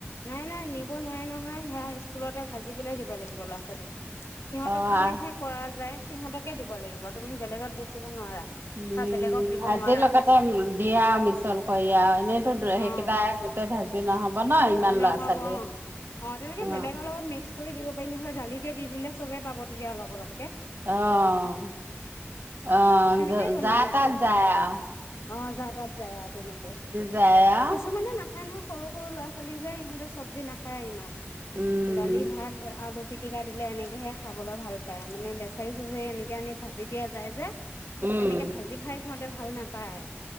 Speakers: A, on the left (about 85°); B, on the right (about 50°).
A: নাই নাই নিব নোৱাৰে নহয় সেয়া স্কুলতে ভাজি পেলাই দিব লাগিব ল'ৰা ছোৱালীক সিহঁতৰ
B: অ'
A: কাৰণেহে কৰা যায় সিহঁতকে দিব লাগিব তুমি বেলেগত বেচিব নোৱাৰা
B: উম
A: বা বেলেগক দিব
B: ভাজিৰ
A: নোৱাৰা
B: লগতে দিয়া আৰু মিছল কৰি আৰু এনেইতো সেইকেইটাই
A: অ
B: গোটেই ভাজি তে নহ'ব ন ইমান
A: নহব
B: ল'ৰা ছোৱালী
A: অ অ তেনেকে
B: অ'
A: বেলেগৰ লগত মিক্স চব দিব পাৰি নহয় দালিতে দি দিলে চবেই পাব তেতিয়া অলপ অলপ
B: আহ আহ
A: সেনেকেই
B: আহ
A: বনাই
B: যাতাত
A: আৰু
B: যায় আৱ
A: অ যা তাত যায় আৰু তেনেকে
B: যায় আৰু
A: কিছুমানে নাখায় নহয় সৰু সৰু ল'ৰা ছোৱালী যে ইহঁতে চব্জি নাখায় ইমান
B: উম,
A: দালি ভাত আলু পিটিকা দিলে এনেকেহে খাবলৈ ভাল পায় মানে লেচাৰী চেচাৰী এনেকৈ আনি ভাজি দিয়া যায় যে
B: উম,
A: তেনেকে ভাজি খাই সিহঁত এ ভাল নাপ পায়